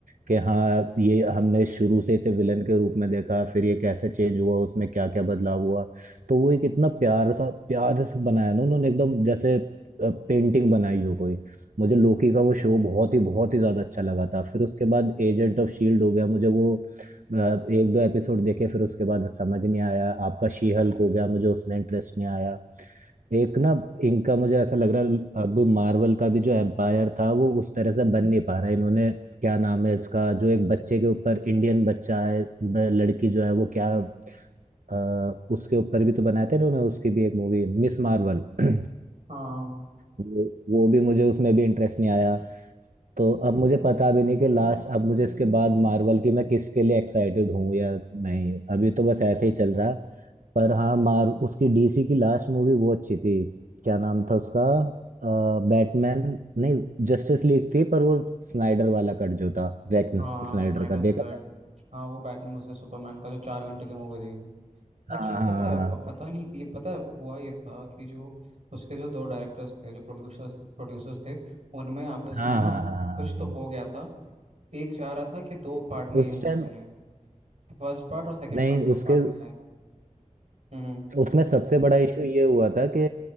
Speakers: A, on the right; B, on the right.
A: कि हाँ ये हमने शुरू से इसे विलन के रूप में देखा फिर ये कैसे चेंज हुआ उसमें क्या क्या बदलाव हुआ तो वो एक इतना प्यार सा प्यार से बनाया ना उन्होंने एकदम जैसे पेंटिंग बनाई हो कोई मुझे लोकी का वो शो बहुत ही बहुत ही ज्यादा अच्छा लगा था फिर उसके बाद एजेंट ऑफ शील्ड हो गया मुझे वो अ, एक दो एपिसोड देखे फिर उसके बाद समझ नहीं आया आपका शी हल्क हो गया मुझे उसमें इंटरेस्ट नहीं आया एक ना इनका मुझे ऐसा लग रहा है अब मार्वल का भी जो एम्पायर था वो उस तरह से बन नहीं पा रहा है इन्होंने क्या नाम है इसका जो एक बच्चे के ऊपर इंडियन बच्चा है ब- लड़की जो है वो क्या अ, उसके ऊपर भी तो बनाया था इन्होंने उसकी भी एक मूवी मिस मार्वल <clears throat>
B: हाँ
A: वो वो भी मुझे उसमें भी इंटरेस्ट नहीं आया तो अब मुझे पता भी नहीं कि लास्ट अब मुझे इसके बाद मार्वल की मैं किसके लिए एक्साइटेड हूँ या नहीं अभी तो बस ऐसे ही चल रहा है पर हाँ मार उसकी डीसी की लास्ट मूवी वो अच्छी थी क्या नाम था उसका बैटमैन नहीं जस्टिस लीग थी पर वो स्नाइडर वाला कट जो था जैक
B: हाँ
A: स्नाइडर
B: स्नाइडर
A: का देखा
B: कट
A: था
B: हाँ वो बैटमैन वर्सेस सुपरमैन का जो चार घंटे की मूवी थी
A: हाँ
B: एक्चुअली पता है प- पता नहीं ये पता है हुआ ये था कि जो उसके जो दो डायरेक्टर्स थे जो प्रोड्यूसर्स प्रोड्यूसर्स थे उनमें आपस
A: हाँ
B: में ना
A: हाँ हाँ हाँ
B: कुछ
A: हाँ हाँ,
B: तो
A: हाँ।
B: हो गया था एक चाह रहा था कि दो पार्ट में ये
A: उस
B: मूवी
A: टाइम
B: बने फर्स्ट पार्ट और सेकंड
A: नहीं
B: पार्ट दो
A: उसके
B: पार्ट में आए हम्म
A: उसमें सबसे बड़ा इशू ये हुआ था कि